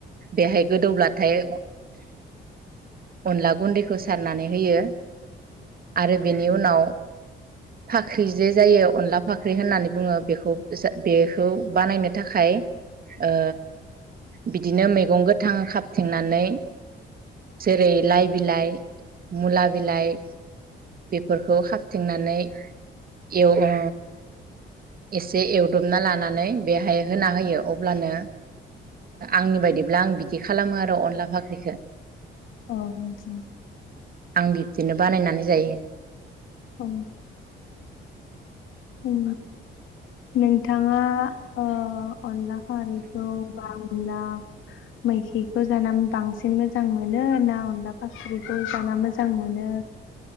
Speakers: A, on the right; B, on the left.
A: बेहाय गोदौब्लाथाय अनला गुन्दैखौ सारनानै होयो। आरो बेनि उनाव फाख्रि जे जायो अनला फाख्रि होननानै बुङो बेखौ जा बेखौ बानायनो थाखाय ओ बिदिनो मैगं गोथां खाबथेंनानै जेरै लाइ बिलाइ मुला बिलाइ बेफोरखौ खाबथेंनानै एव ओ एसे एवदबना लानानै बेहाय होना होयो अब्लानो आंनि बायदिब्ला आं बिदि खालामो आरो अनला फाख्रिखौ।
B: औ नोंथां।
A: आं बिब्दिनो बानायनानै जायो।
B: अ। ओं नोंथाङा ओ अनला खारिखौ <unintelligible> अनला मैखिखौ जाना बांसिन मोजां मोनो ना अनला फाख्रिखौ जाना मोजां मोनो